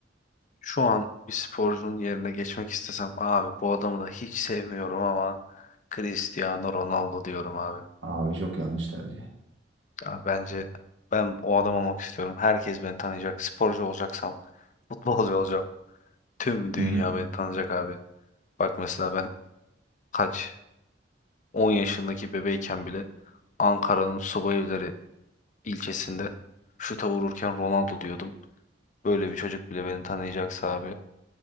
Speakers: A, on the left; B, on the right.
A: Şu an bir sporcunun yerine geçmek istesem abi bu adamı da hiç sevmiyorum ama Cristiano Ronaldo diyorum abi.
B: Abi çok yanlış tercih.
A: Ya bence ben o adam olmak istiyorum. Herkes beni tanıyacak. Sporcu olacaksam futbolcu olacağım. Tüm dünya
B: Hı hı.
A: beni tanıyacak abi. Bak mesela ben kaç 10 yaşındaki bebeyken bile Ankara'nın Subayevleri ilçesinde şuta vururken Ronaldo diyordum. Böyle bir çocuk bile beni tanıyacaksa abi